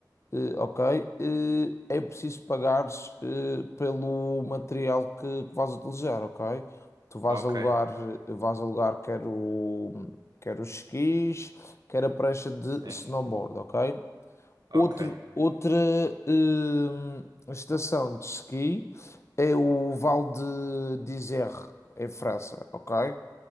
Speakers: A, on the left; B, on the right.
A: eh, ok. Eh, é preciso pagares eh, pelo material que, que vais utilizar, ok? Tu vais
B: Ok.
A: alugar, vais alugar quer o, quer os esquis, quer a prancha de
B: Sim.
A: snowboard, ok?
B: Ok.
A: Outro, outra hum, estação de esqui é o Val de d'Isère, em França, ok?